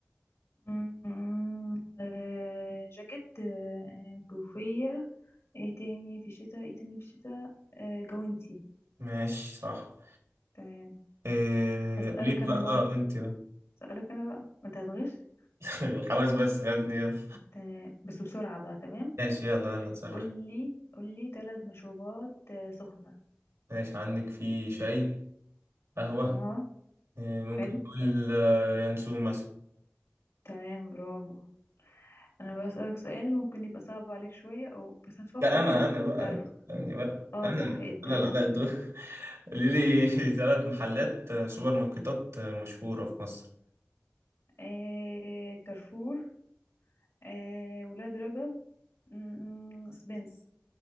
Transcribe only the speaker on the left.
م- م- آه، جاكيت آه، كوفية ايه تاني في الشتاء ايه تاني في الشتاء آه، جوانتي
تمام
هسألك
انا
بقى
هسألك انا بقى ما انت هتغش
تمام بس بسرعة بقى تمام
قولي قولي ثلاث مشروبات آه، سخنة
اه
حلو
تمام برافو انا بسألك سؤال ممكن يبقى صعب عليك شوية او بس هتفكر
فيها
تعرفها
اه
صح ايه ده
ايه
ده
آه كارفور آه ولاد رجب م- م- سبنس